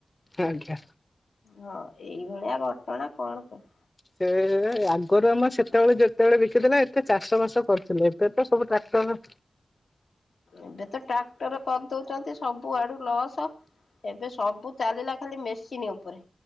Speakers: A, on the left; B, on the left.
A: ଆଜ୍ଞା।
B: ହଁ ଏଇଭଳିଆ ଘଟଣା କଣ କ
A: ସେଇପା ଆଗରୁ ଆମର ସେତେବେଳେ ଯେତେବେଳେ ବିକିଥିଲା ଏତେ ଚାଷ ବାସ କରିଥିଲେ ଏବେ ତ ସବୁ ଟ୍ରାକ୍ଟର।
B: ଏବେ ତ ଟ୍ରାକ୍ଟର କରିଦଉଛନ୍ତି ସବୁ ଆଡୁ ଲସ। ଏବେ ସବୁ ଚାଲିଲା ଖାଲି ମେସିନ୍ ଓପରେ।